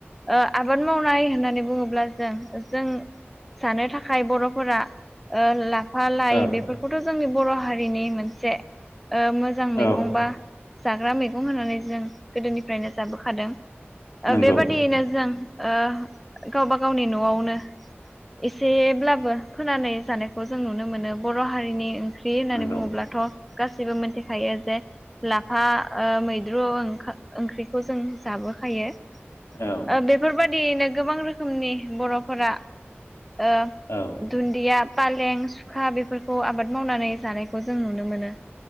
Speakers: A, in the centre; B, on the left (about 90°).
A: ओ आबाद मावनाय होननानै बुङोब्ला जों जों सानो थाखाय बरफोरा ओ ला- -फा लाइ
B: औ
A: बेफोरखौथ जोंनि बर हारिनि मोनसे मोजां मैगं
B: औ
A: बा जाग्रा मैगं होननानै जों गोदोनिफ्रायनो जाबोखादों
B: नंगौ
A: बेबादियैनो जों ओ गावबा गावनि नआवनो एसेब्लाबो खोनानाय जानायखौ जों नुनो मोनो बर' हारिनि ख्रि होननानै
B: नंगौ
A: बुङोब्लाथ गासैबो मोनथिखायो जे लाफा ओ मैद्रु ओं ओंख्रि खौ जों जाबोखायो
B: औ
A: ओ बेफोरबादिनो गोबां रोखोमनि बरफोरा ओ
B: औ
A: दुन्दिया फालें सुखा बेफोरखौ आबाद मावनानै जानायखौ जों नुनो मोनो